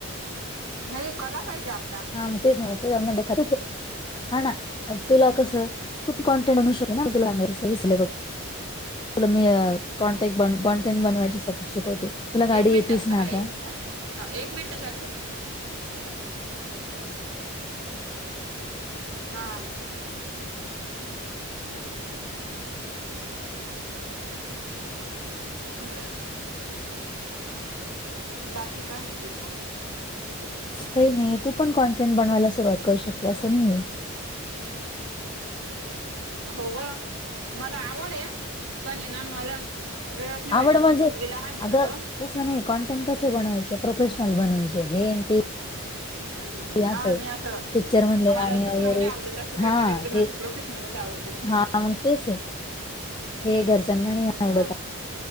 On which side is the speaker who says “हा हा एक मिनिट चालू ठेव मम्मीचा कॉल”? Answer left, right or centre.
Right